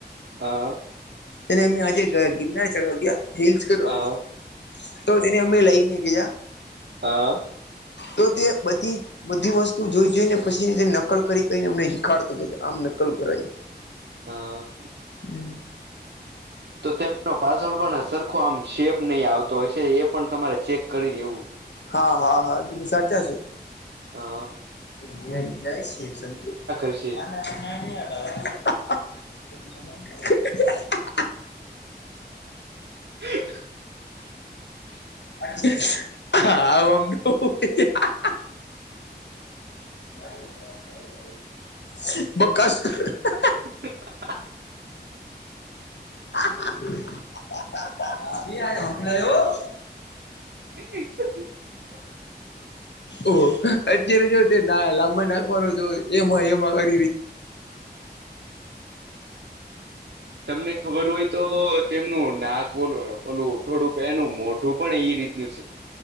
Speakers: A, on the right (about 80°); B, on the left (about 80°).
A: હા.
B: તેને અમે આજે ગિરનાર ચઢવા ગયા હસ કરવા
A: હ હ
B: તો તેને અમે લઈને ગયા
A: હા.
B: તો તે બધી બધી વસ્તુ જોઈ જઈને પછીની નકલ કરીને એમને હિખાડતો હતો કે આમ નકલ કરાય.
A: હા.
B: હમ.
A: તો તેમનો પાસવડ પણ સરખો આમ શેપ નહીં આવતો હોય છે એ પણ તમારે ચેક કરી લેવું.
B: હા હા હા ત સાચ છો.
A: હા.
B: <inaudible>
A: હશે
B: <inaudible>
A: <inaudible>
B: <inaudible> <unintelligible>
A: <inaudible>
B: <unintelligible>
A: <inaudible>
B: ઓ અત્યારે જો તે ના લાંબા ના કરો જો એમાં એમાં કર <inaudible>
A: તમને ખબર હોય તો તેમનું નાક બોલ બોલું થોડુંક એનું મોઢું પણ એ રીતે મ્યુસ.